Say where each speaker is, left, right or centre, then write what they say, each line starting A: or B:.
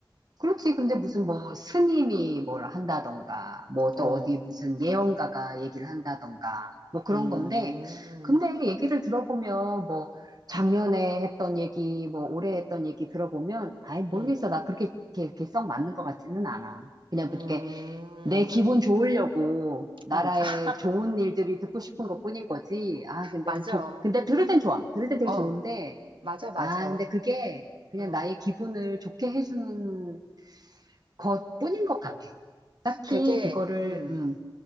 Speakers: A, on the right (about 50°); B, on the right (about 75°).
A: 그렇지. 근데 무슨 뭐 스님이 뭘 한다던가, 뭐 또
B: 어.
A: 어디 무슨 예언가가 얘기를 한다던가, 뭐 그런
B: 음.
A: 건데, 근데 얘기를 들어보면 뭐 작년에 했던 얘기, 뭐 올해 했던 얘기 들어보면, 아예 모르겠어.
B: 음.
A: 나 그렇게, 이렇게, 이렇게 썩 맞는 것 같지는 않아. 그냥
B: 음.
A: 뭐 이렇게 내 기분 좋으려고 나라의
B: 음. 아,
A: 좋은 일들이 듣고 싶은 것뿐인 거지. 아, 근데
B: 맞아.
A: 좋, 근데 들을 땐 좋아. 들을 땐 되게
B: 어.
A: 좋은데,
B: 맞아, 맞아.
A: 아, 근데 그게 그냥
B: 어.
A: 나의 기분을 좋게 해주는 것뿐인 것 같아. 딱히
B: 그게
A: 그거를
B: 음.
A: 음,